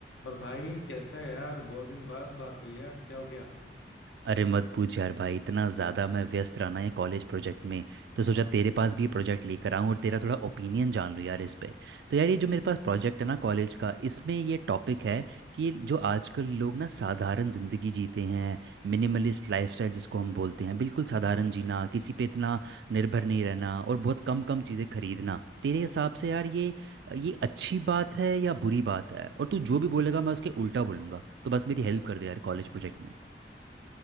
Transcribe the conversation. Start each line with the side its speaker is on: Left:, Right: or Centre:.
Left: और भाई कैसा है यार बहुत दिन बाद बात हुई यार क्या हो गया
Right: अरे मत पूछ यार भाई इतना ज़्यादा मैं व्यस्त रहा ना ये कॉलेज प्रोजेक्ट में तो सोचा तेरे पास भी ये प्रोजेक्ट लेकर आऊँ और तेरा थोड़ा ओपिनियन जान लूँ यार इस पे तो यार ये जो मेरे पास प्रोजेक्ट है ना कॉलेज का इसमें ये टॉपिक है कि जो आजकल लोग ना साधारण ज़िंदगी जीते हैं मिनिमलिस्ट लाइफस्टाइल जिसको हम बोलते हैं बिल्कुल साधारण जीना किसी पे इतना निर्भर नहीं रहना और बहुत कम कम चीज़ें खरीदना तेरे हिसाब से यार ये ये अच्छी बात है या बुरी बात है और तू जो भी बोलेगा मैं उसके उल्टा बोलूँगा तो बस मेरी हेल्प कर दे यार कॉलेज प्रोजेक्ट में